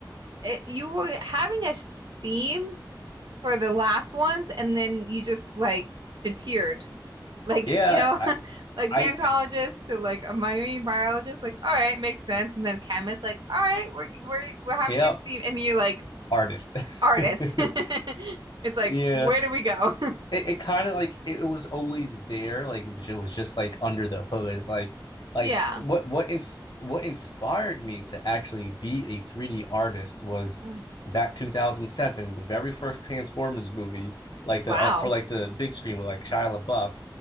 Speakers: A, on the right; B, on the left.
A: It, you were having a s- theme for the last ones and then you just like deterred. like
B: yeah
A: you know
B: I,
A: <laughs> like
B: I,
A: paleontologist
B: I
A: to like a marine biologist like all right makes sense and then chemist like all right we're we're we're having
B: yeah,
A: a team and you like
B: artist.
A: artist
B: <laughs>
A: <laughs> it's like
B: yeah,
A: where do we go
B: it, it kind of like it, it was always there, like it was just like under the hood, like like
A: <laughs> yeah
B: what what ins- what inspired me to actually be a 3D artist was
A: Uh,
B: back 2007, the very first Transformers movie, like
A: wow
B: the uh, for like the big screen with like Shia LaBeouf.